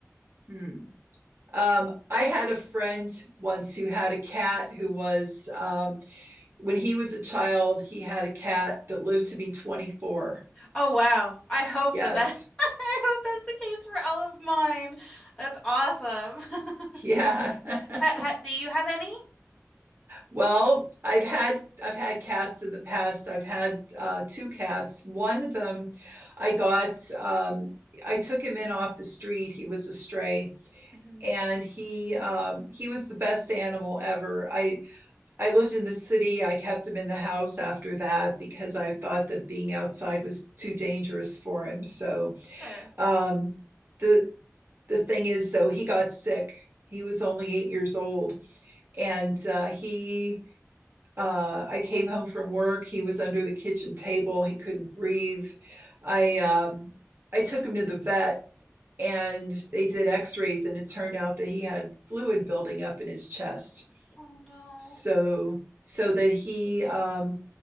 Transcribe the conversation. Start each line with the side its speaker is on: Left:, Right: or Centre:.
Right: Hmm. Um, I had a friend once who had a cat who was, um, when he was a child, he had a cat that lived to be 24.
Left: Oh wow. I hope
Right: Yes.
Left: that that
Right: <laughs>
Left: <laughs> I hope that's the case for all of mine. That's awesome. <laughs>
Right: Yeah. <laughs>
Left: Ha, ha, do you have any?
Right: Well, I've had I've had cats in the past. I've had uh, two cats. One of them I got um, I took him in off the street. He was a stray
Left: Mhm.
Right: and he um he was the best animal ever i i lived in the city i kept him in the house after that because i
Left: Mhm.
Right: thought that being outside was too dangerous for him so
Left: Sure.
Right: um the the thing is though he got sick he was only eight years old and uh, he uh, i came home from work he was under the kitchen table he couldn't breathe i um, i took him to the vet and they did x-rays and it turned out that he had fluid building up in his chest
Left: Oh no.
Right: so so that he um